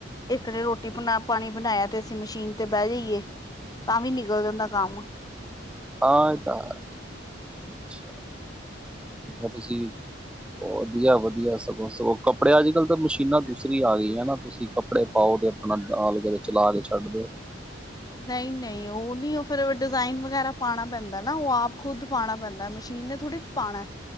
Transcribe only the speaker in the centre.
ਹਾਂ ਇਹ, ਤਾਂ ਅੱਛਾ
ਤੇ ਤੁਸੀਂ ਵਧੀਆ-ਵਧੀਆ ਸਗੋਂ -ਸਗੋਂ ਕੱਪੜਿਆ ਅੱਜ -ਕੱਲ੍ਹ ਤਾਂ ਮਸ਼ੀਨਾਂ ਦੂਸਰੀ ਆ ਗਈਆਂ ਨਾ, ਤੁਸੀਂ ਕੱਪ, ਕੱਪੜੇ ਪਾਓ, ਤੇ ਆਪਣਾ ਲਾ ਕੇ ਚਲਾ ਕੇ, ਛੱਡ ਦੇ